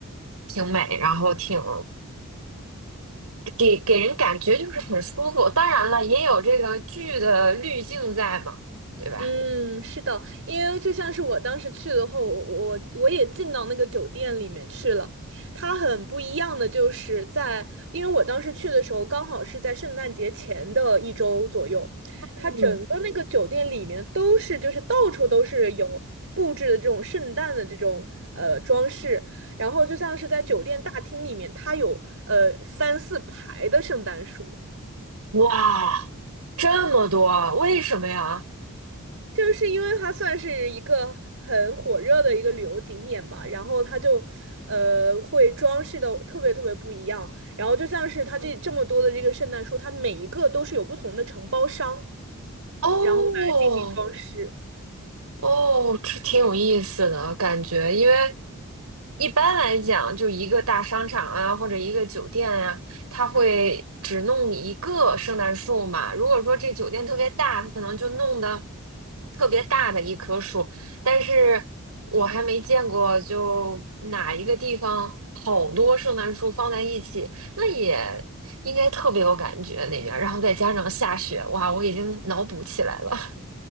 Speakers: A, on the right (about 80°); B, on the right (about 60°).
A: 挺美，然后挺给给人感觉就是很舒服。当然了，也有这个剧的滤镜在嘛，对吧？
B: 嗯，是的，因为就像是我当时去的话，我我我也进到那个酒店里面去了。它很不一样的就是在，因为我当时去的时候刚好是在圣诞节前的一周左右，
A: 嗯，
B: 它整个那个酒店里面都是就是到处都是有布置的这种圣诞的这种呃装饰，然后就像是在酒店大厅里面，它有呃三四排的圣诞树。
A: 哇，这么多，为什么呀？
B: 就是因为它算是一个很火热的一个旅游景点嘛，然后它就，呃，会装饰的特别特别不一样。然后就像是它这这么多的这个圣诞树，
A: 嗯
B: 它每一个都是有不同的承包商，
A: 哦
B: 然后来进行装饰。
A: 哦，这挺有意思的感觉，因为一般来讲，就一个大商场啊，或者一个酒店呀、它会只弄一个圣诞树嘛。如果说这酒店特别大，它可能就弄的特别大的一棵树。但是我还没见过，就哪一个地方好多圣诞树放在一起，那也应该特别有感觉那边儿然后再加上下雪，哇，我已经脑补起来了。